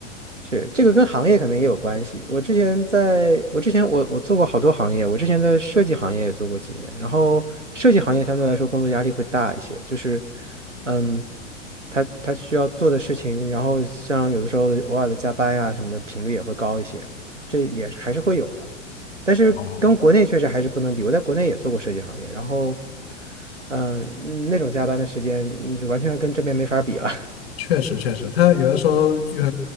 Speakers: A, on the right (about 85°); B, on the left (about 55°).
A: 是，这个跟行业可能也有关系。我之前在，我之前我我做过好多行业，我之前在设计行业也做过几年，然后设计行业相对来说工作压力会大一些，就是，嗯，他他需要做的事情，然后像有的时候偶尔的加班呀、什么的频率也会高一些，这也是还是会有的，但是跟国内确实还是不能比。
B: 哦、
A: 我在国内也做过设计行业，然后，嗯，嗯那种加班的时间，嗯就完全跟这边没法比了。<laughs>
B: 确实确实，他有的时候要